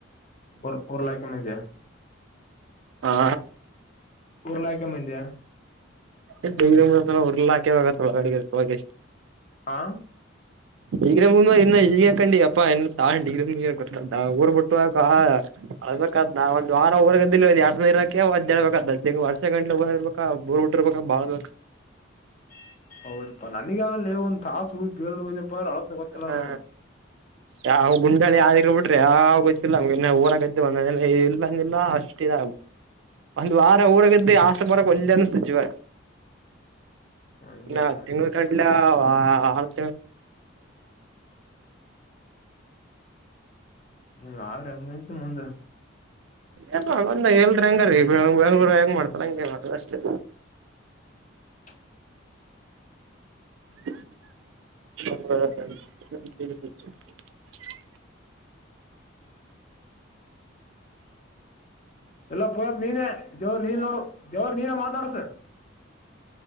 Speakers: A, on the left (about 35°); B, on the right (about 70°).
A: ಒ ರ್ ಲಾಯಕಮ್ಮಿಂದ.
B: ಹಾ.
A: ಓರ್ಲಾಕ್ಯ ಮಂದ್ಯ.
B: <inaudible> ಹಾಕೆವಾಗತ್ತ ಒಳಗ ಅಡಗೆ ಇರ್ತ. <inaudible>
A: ಹಾ.
B: ಈಗ್ರ ಮು ಇನ್ನ ಈಗ ಕಂಡಿ ಅಪ್ಪಾ ನ್ ತಾಳ ಡಿಗ್ರಿ ಮುಗ್ಯಕ್ ತಾಳ ಊರ್ ಬಿಟ್ಟುಕ. ಅಳ್ಬೇಕಾದ್ ನಾ ಒಂದ ವಾರ ಊರಗದ ಎ ಇಕೆ ಒದ್ಡ್ಬೇಕ ವರ್ಷ ಗಂಟ ಊರ್ಬೇಕ. ಟ್ಟಿರ್ಬೇಕ ಬಾಳ್ಬಕ್.
A: <unintelligible> ಹೌದಪ್ಪಾ ನನಗ ಅದಲ್ಲ ಒಂದ್ ತಾಸ ಹದ್ ಬಲ್ ನಪ್ಪಳತ್ ಗೊತ್ತಲ್ಲಾನ
B: ಹಾ ಯಾವ ಗುಂಡಾಳಿ ಯಾವಿ ಬಿಟ್ರೆ ಯಾವ ಗೊತ್ತಿಲ್ಲ ನಮಗ ಊರ ಗದ್ದು ಬಂದ ಇಲ್ಲಂದಿಲ್ಲ ಅಷ್ಟುಿದ ಒಂದು ವಾರ ಊರಗದ್ದು ಆಷ್ಟ ಬರಕ್ ಒಲ್ಲ ಅನ್ತ ಜಿವ
A: ಹಂಗೆ
B: ಇನ್ನ
A: ಆತ್
B: ತಿಂಗಳ ಕಂಡಲೆ ಬ
A: ಹ ಅವ್ರಂಗಂತ ಮುಂದ
B: ಎಲ್ಲ ಒಂದ ಎಲ್ರ ಹೆಂಗರೀ ಬೆಂಗ್ಳೂರು ಹೆಂಗ್ ಮಾಡ್ತಾರ ಹಂಗಗೆ ಮಾಡ್ತ ಅಷ್ಟೆ
A: <unintelligible>
B: ಹ ನ
A: <unintelligible> ಎಲ್ಲ ಪಯ ನೀನೇ ದೇವ್ರ ನೀನ್ ನೋಡು ದೇವ್ರ ನೀನ ಮಾತಾಡ್ಸರ್